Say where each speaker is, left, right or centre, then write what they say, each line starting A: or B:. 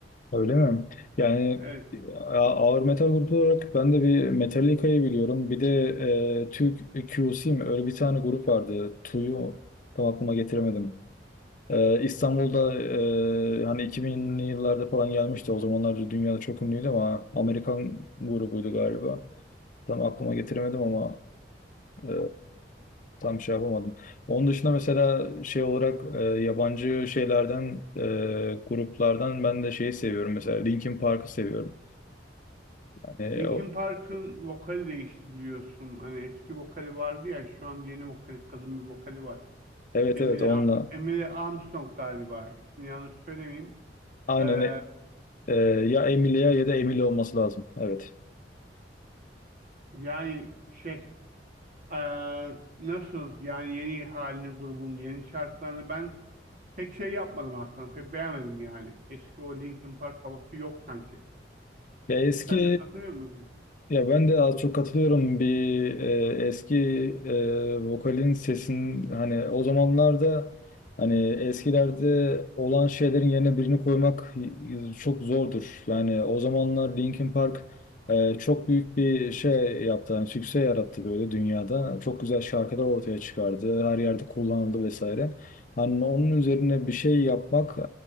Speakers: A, on the left; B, on the right.
A: Öyle mi? Yani
B: Evet.
A: a- ağır metal grubu olarak ben de bir Metallica'yı biliyorum. Bir de e, Türk QC mi? Öyle bir tane grup vardı. Tu'yu tam aklıma getiremedim. Ee, İstanbul'da e, hani 2000'li yıllarda falan gelmişti. O zamanlar dünyada çok ünlüydü ama Amerikan grubuydu galiba. Tam aklıma getiremedim ama e, tam şey yapamadım. Onun dışında mesela şey olarak e, yabancı şeylerden e, gruplardan ben de şeyi seviyorum. Mesela Linkin Park'ı seviyorum. Hani
B: Linkin
A: o,
B: Park'ın vokali değişti biliyorsun. Hani eski vokali vardı ya şu an yeni vokali kadın bir vokali var.
A: evet
B: Emily,
A: evet onunla.
B: Emily Armstrong galiba. İsmini yanlış söylemeyeyim.
A: Aynen
B: Ee,
A: e, Ee, ya Emilia ya da Emily olması lazım. Evet.
B: yani şey ee, nasıl yani yeni halini grubun yeni şarkılarını ben pek şey yapmadım aslında. Pek beğenmedim yani. Eski o Linkin Park havası yok sanki.
A: Ya eski
B: Sen de katılıyor musun?
A: Ya ben de az çok katılıyorum bir e, eski e, vokalin sesin hani o zamanlarda hani eskilerde olan şeylerin yerine birini koymak y- çok zordur. Yani o zamanlar Linkin Park e, çok büyük bir şey yaptı. Hani sükse yarattı böyle dünyada. Çok güzel şarkılar ortaya çıkardı. Her yerde kullanıldı vesaire. Hani onun üzerine bir şey yapmak e,